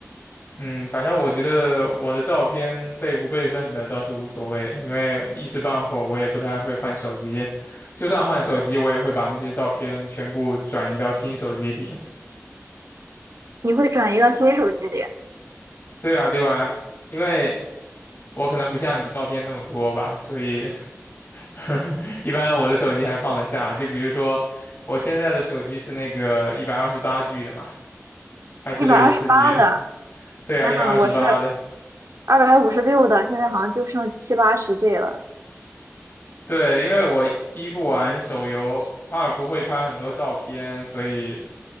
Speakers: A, on the left (about 50°); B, on the right (about 80°).
A: 嗯，反正我觉得我的照片备不备份的倒是无所谓，因为一时半会儿我也不太会换手机，就算换手机，我也会把那些照片全部转移到新手机里。
B: 你会转移到新手机里。
A: 对啊，对吧？因为我可能不像你照片那么多吧，所以 <laughs> 一般我的手机还放得下。就比如说我现在的手机是那个一百二十八 G 的嘛，还是六十四
B: 一百二十八的，
A: G 的？对啊，
B: 天呐，
A: 一百二十八的。
B: 我是二百五十六的，现在好像就剩七八十 G 了。
A: 对，因为我一不玩手游，二不会拍很多照片，所以